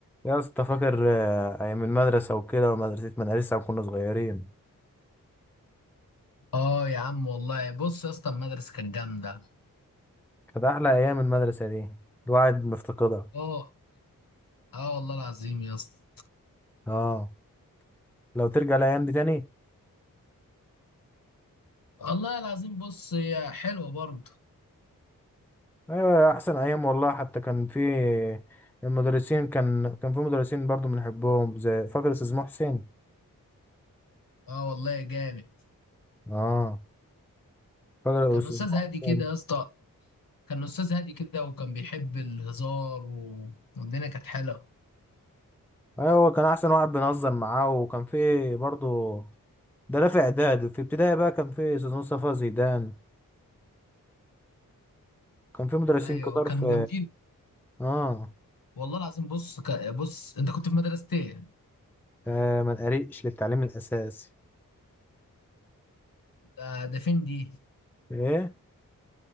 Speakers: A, in the centre; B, on the left (about 70°).
A: يا اسطى فاكر آه، ايام المدرسه وكده ومدرسه مدرسه كنا صغيرين
B: اه يا عم والله بص يا اسطى المدرسه كانت جامده
A: كانت احلى ايام المدرسه دي الواحد مفتقدها
B: اه اه والله العظيم يا اسطى
A: اه لو ترجع الايام دي تاني
B: والله العظيم بص هي حلوه برضه
A: ايوه احسن ايام والله حتى كان في المدرسين كان كان في مدرسين برضو بنحبهم زي فاكر استاذ محسن
B: اه والله جامد
A: اه فاكر
B: كان
A: استاذ
B: استاذ
A: محسن
B: هادي كده يا اسطى كان استاذ هادي كده وكان بيحب الهزار و... والدنيا كانت حلوه
A: ايوه كان احسن واحد بنهزر معاه وكان في برضو ده لا في اعداد في ابتدائي بقى كان في استاذ مصطفى زيدان كان في مدرسين
B: ايوه
A: كتار
B: كانوا
A: في
B: جامدين
A: اه
B: والله العظيم بص ك... بص انت كنت في مدرسه ايه
A: آه منقريش للتعليم الأساسي
B: ده, ده فين دي
A: إيه